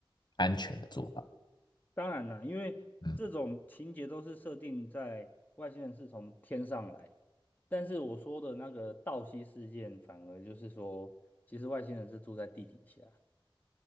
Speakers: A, on the left; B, on the left.
A: 安全的做法。
B: 当然了，因为这种情节都是设定在外星人是从天上来，
A: 嗯，
B: 但是我说的那个道西事件，反而就是说，其实外星人是住在地底下。